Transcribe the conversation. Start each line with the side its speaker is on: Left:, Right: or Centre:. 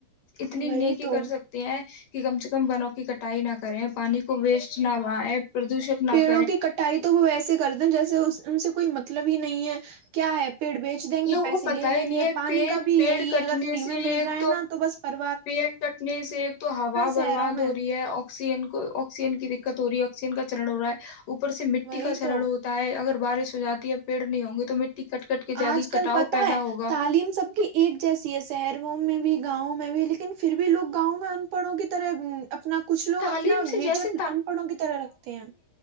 Left: اتنی نیکی
Right: وہی تو
Left: کر سکتے ہیں کہ کم سے کم بنوں کی کٹائی نہ کریں پانی کو ویسٹ نہ بیں پردوشت نہ
Right: پڑوں
Left: کر
Right: کی کٹائی تو وہ ویسے کرتے جیسے ان سے کوئی مطلب ہی نہیں ہے کیا ہے پیڑ بیچ دیں گے
Left: لوگوں
Right: پیسے
Left: کو
Right: لے
Left: پتہ
Right: لیں
Left: ہی نہیں
Right: گے
Left: ہے
Right: پانی
Left: پیڑ
Right: کا بھی
Left: پیڑ
Right: یہی
Left: کٹنے
Right: ہے اگر فری
Left: سے
Right: میں مل
Left: ایک
Right: رہا ہے نا تو بس پتا
Left: پیڑ کٹنے سے ایک تو ہوا
Right: شہروں
Left: برباد
Right: میں
Left: ہو رہی ہے آکسیجن کو آکسیجن کی دقت ہو رہی ہے آکسیجن کا چر ہوا ہے اوپر سے مٹی
Right: وہی
Left: کا شرن
Right: تو
Left: ہوتا ہے اگر بارش ہو جاتی ہےب پیڑ نہیں ہوں گی تو مٹی کٹ کٹ کے
Right: آج
Left: جاگی
Right: کل
Left: کٹاؤ
Right: پتہ
Left: پیدا
Right: ہے
Left: ہوگا
Right: تعلیم سب کی ایک جیسی ہے شہروں میں بھی گاؤں میں بھی لیکن پھر بھی لوگ گاؤں میں پڑوں کی طرح اپنا کچھ لوگ
Left: تعلیم
Right: اپنا
Left: سے
Right: نیچر
Left: جیسے
Right: ان پڑھوں کی طرح رکھتے ہیں